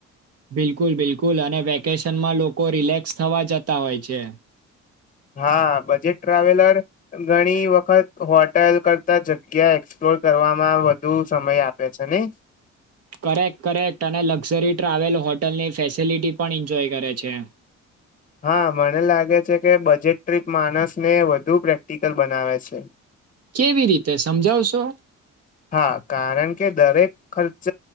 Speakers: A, on the right; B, on the left.
A: બિલકુલ બિલકુલ અને વેકેશનમાં લોકો રિલેક્સ થવા જતા હોય છે.
B: હા બજેટ ટ્રાવેલર ઘણી વખત હોટેલ કરતા જગ્યા એક્સપ્લોર કરવામાં વધુ સમય આપે છે ને.
A: કરેક્ટ કરેક્ટ અને લક્ઝરી ટ્રાવેલ હોટલની ફેસિલિટી પણ એન્જોય કરે છે.
B: હા મને લાગે છે કે બજેટ ટ્રીપ માણસને વધુ પ્રેક્ટિકલ બનાવે છે.
A: કેવી રીતે સમજાવશો?
B: હા કારણ કે દરેક ખર્ચ